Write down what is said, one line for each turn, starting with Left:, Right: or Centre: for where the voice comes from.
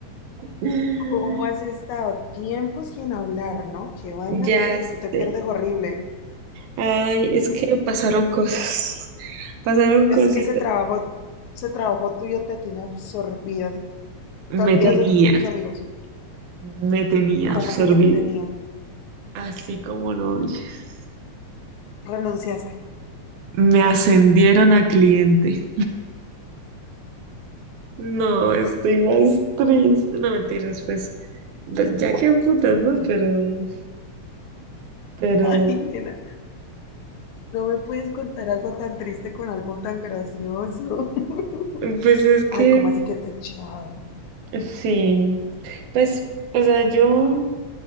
Right: <laughs>
Left: ¿Cómo has estado? Tiempo sin hablar, ¿no? Qué vaina
Right: Ya
Left: contigo,
Right: sé.
Left: tú te pierdes horrible.
Right: Ay, es
Left: <laughs>
Right: que pasaron cosas, pasaron
Left: Es
Right: cositas.
Left: que ese trabajo, ese trabajo tuyo te tiene absorbida.
Right: Me
Left: Te olvidas
Right: tenía,
Left: de tus amigos.
Right: me tenía
Left: ¿Cómo
Right: absorbido,
Left: así que te tenían?
Right: así como lo oyes.
Left: Renunciaste.
Right: Me ascendieron a cliente. No, estoy más triste. No mentiras, fue Pues ya que putas, ¿no? Pero, pero,
Left: <laughs> Ay, nena, no me puedes contar algo tan triste con algo tan gracioso.
Right: pues
Left: <laughs>
Right: es que
Left: Ay, ¿cómo así que te echaron?
Right: sí. Pues, o sea, yo
Left: Ah,